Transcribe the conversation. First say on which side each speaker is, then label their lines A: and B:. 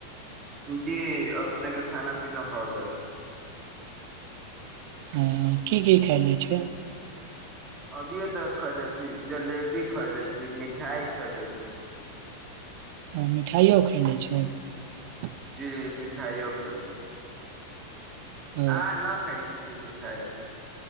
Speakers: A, on the right; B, on the right.
A: जी अपने के खाना-पीना भऽ गेल छै।
B: हाँ की की खएलै छै।
A: अभिय तऽ खयले छी जलेबी खयले छी मिठाइ खयले छी। <unintelligible>
B: हँ मिठाइओ खयनेइ छै। <unintelligible>
A: जी मिठाइयो खोले छी। <unintelligible>
B: ह
A: अहाँ ना खाय छी की मिठाय।